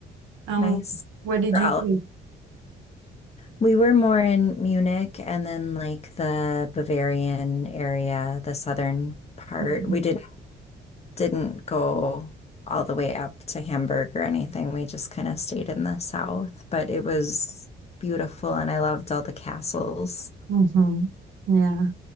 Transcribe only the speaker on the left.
Nice.
They're
all
We were more in Munich and then like the Bavarian area, the southern part.
We did not didn't go all the way up to Hamburg or anything. We just kind of stayed in the south, but it was beautiful and I loved all the castles.